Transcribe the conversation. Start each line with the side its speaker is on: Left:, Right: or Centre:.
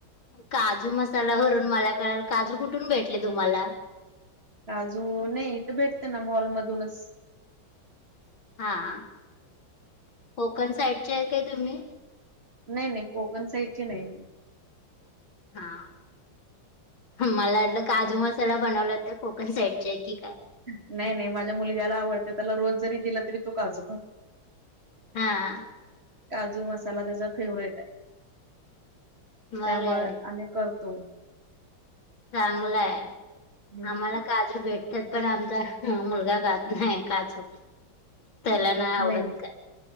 Left: काजू मसाला भरून मला कळेल काजू कुठून भेटले तुम्हाला
Right: काजू नाहीथ भेटते ना मॉलमधूनच
Left: हा कोकण साईडचे आहे काय तुम्ही
Right: नाही नाही कोकण साईडची नाही
Left: हा मला वाटलं काजू मसाला बनवला तर कोकन साईट ची य की काय?
Right: नाही, नाही माझ्या मुलग्याला आवडतय,, त्याला रोज जरी दिला तरी तो काजू खातोय.
Left: हा,
Right: काजू मसाला त्याचा फेवरेटाय.
Left: बरं
Right: त्यामुळ आम्ही करतो.
Left: चांगलंय.
Right: हम्म
Left: आम्हाला का काजू भेटतात पण, आमचा मुलगा खात नाही काजू. त्याला
Right: आमचा
Left: नाही
Right: पण
Left: आवडत
Right: नई.
Left: काय